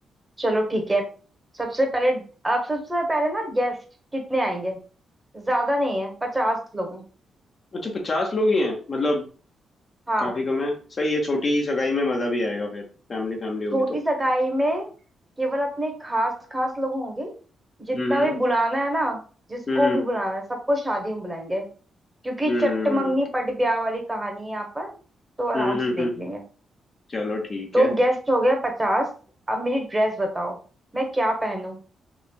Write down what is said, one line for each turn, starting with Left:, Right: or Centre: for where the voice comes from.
Right: चलो ठीक है सबसे पहले आप सबसे पहले ना गेस्ट कितने आएंगे ज्यादा नहीं है पचास लोग हैं
Left: अच्छा पचास लोग ही हैं मतलब
Right: हाँ
Left: काफी कम है सही है छोटी सगाई में मजा भी आएगा फिर फैमिली फैमिली होगी
Right: छोटी
Left: तो
Right: सगाई में केवल अपने खास खास लोग होंगे जितना
Left: हम्म
Right: भी बुलाना है ना जिसको
Left: हम्म
Right: भी बुलाना है सबको शादी में बुलाएंगे क्योंकि
Left: हम्म
Right: चटमंगनी पट ब्याह वाली कहानी है यहाँ पर तो आराम
Left: हम्म
Right: से देख
Left: हम्म
Right: लेंगे
Left: चलो ठीक
Right: तो
Left: है
Right: गेस्ट हो गए पचास अब मेरी ड्रेस बताओ मैं क्या पहनूं